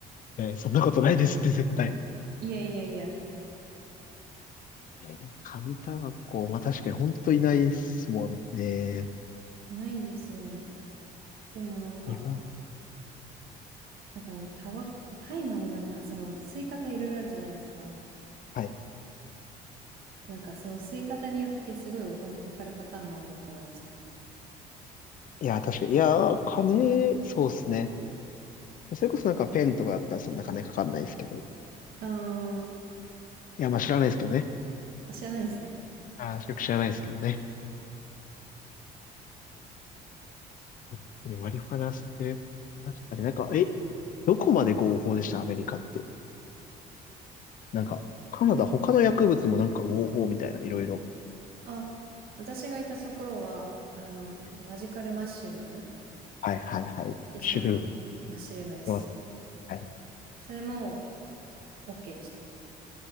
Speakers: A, on the left; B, on the right.
A: えーそんなことないですって絶対。
B: いやいやいや、
A: えー紙タバコ、まあ確かに本当いないですもんね。
B: いないんですよね。でもなんか、
A: 日本。
B: なんかあの、タバ、大麻もなんかその、吸い方いろいろあるじゃないですか。
A: はい。
B: で、なんかその吸い方によってすごいお金かかるパターンもあるなって思いました。
A: いや、確かに。いや、金、そうっすね。それこそなんかペンとかだったらそんな金かかんないですけど。
B: あー、
A: いや、まあ知らないですけどね。
B: あ知らないんですね。
A: あーよく知らないですけどね。確かにマリファナ吸ってるやついましたね。なんか、え、どこまで合法でしたアメリカって。なんか、カナダ他の薬物もなんか合法みたいな、
B: はい。
A: いろいろ。
B: あ、私がいたところは、あの、
A: は
B: マジカルマッシュルームっ
A: いはいはい。
B: て知ってます
A: シュルーム。
B: マッシュルームです。
A: います。はい。
B: それも OK でした。